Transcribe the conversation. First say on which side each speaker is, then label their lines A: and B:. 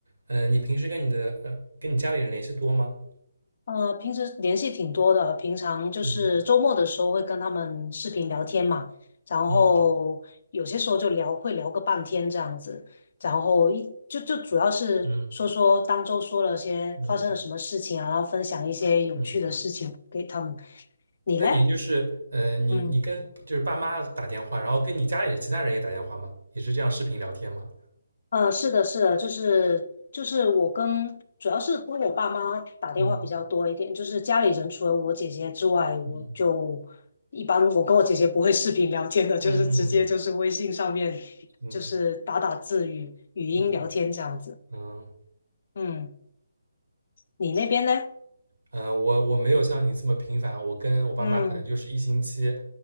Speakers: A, on the right; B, on the left.
A: 嗯，你平时跟你的呃跟你家里人联系多吗？
B: 呃，平时联系挺多的，平常就是周末的时候会跟他们视频聊天嘛，
A: 嗯
B: 然后有些时候就聊，
A: 嗯
B: 会聊个半天这样子，然后一就就主要是说说当周说了些发生了什么事情啊，
A: 嗯嗯
B: 然后分享一些有趣的事情给他们。
A: 嗯，
B: 你嘞？
A: 那你就是呃，你你跟就是爸妈打电话，
B: 嗯。
A: 然后跟你家里人其他人也打电话吗？也是这样视频聊天吗？
B: 呃，是的，是的，就是就是我跟主要是跟我爸妈打电话比较多一点，
A: 嗯
B: 就是家里人除了我姐姐之外，我就一般我跟我姐姐不会视频聊天的，
A: 嗯
B: 就是直接就是微信上面就是打打字语语音聊天这样子。
A: 嗯嗯嗯嗯，嗯，嗯
B: 嗯，你那边呢？
A: 嗯、呃我我没有像你这么频繁，我跟我爸妈可能就是一星期，
B: 嗯